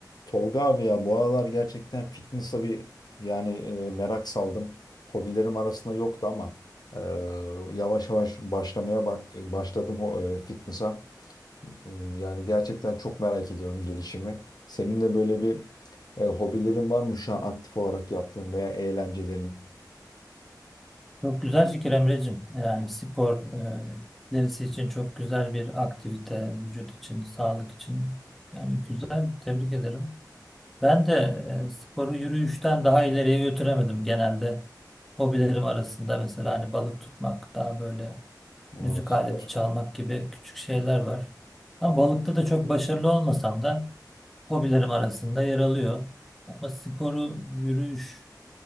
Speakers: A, on the left; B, in the centre.
A: Tolga abi ya bu aralar gerçekten fitness'a bir yani e, merak saldım. Hobilerim arasında yoktu ama e, yavaş yavaş başlamaya bak, e, başladım ho- e, fitness'a. M- Yani gerçekten çok merak ediyorum gelişimi. Senin de böyle bir e, hobilerin var mı şu an aktif olarak yaptığın veya eğlencelerin?
B: Çok güzel fikir Emre'cim. Yani spor e, ilerisi için çok güzel bir aktivite, vücut için, sağlık için. Yani güzel, tebrik ederim. Ben de e, sporu yürüyüşten daha ileriye götüremedim. Genelde hobilerim arasında mesela hani balık tutmak, daha böyle
A: Aa,
B: müzik
A: süper.
B: aleti çalmak gibi küçük şeyler var. Ama balıkta da çok başarılı olmasam da hobilerim arasında yer alıyor. Ama sporu, yürüyüş